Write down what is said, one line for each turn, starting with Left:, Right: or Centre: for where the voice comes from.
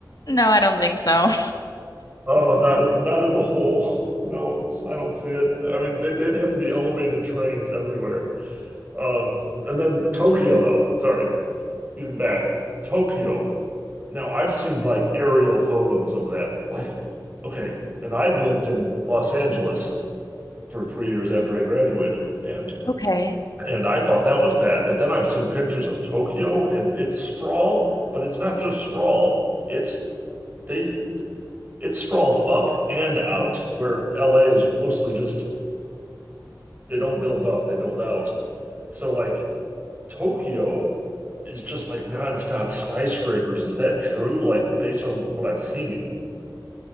Left: No, I don't think so.
Right: Oh, not as not as a whole. No, I don't see it. I mean, they, they'd have to be elevated trains everywhere. Um, and then Tokyo, though. Sorry, getting back. Tokyo. Now, I've seen like aerial photos of that. Like, okay, and I've lived in Los Angeles for three years after I graduated, and
Left: Okay.
Right: and I thought that was bad. But then I've seen pictures of Tokyo and its sprawl, but it's not just sprawl. It's they it sprawls up and out, where LA is mostly just they don't build up, they build out. So like Tokyo is just like nonstop skyscrapers. Is that true? Like based on what I've seen.